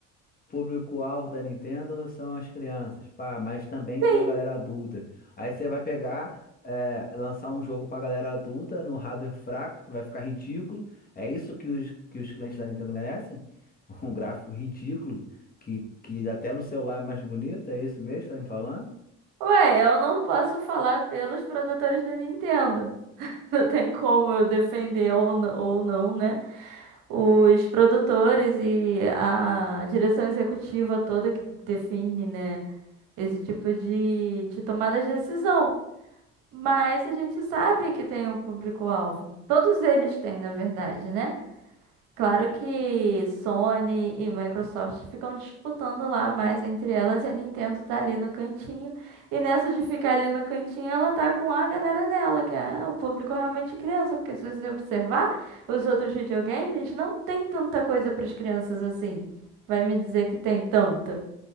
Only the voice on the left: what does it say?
público-alvo da Nintendo são as crianças, pá, mas também
tem a galera adulta. Aí você vai pegar, é, lançar um jogo pra galera adulta no hardware fraco, que vai ficar ridículo. É isso que os, que os clientes da Nintendo merecem? <laughs> Um gráfico ridículo, que, que até no celular é mais bonito, é isso mesmo que você tá me falando?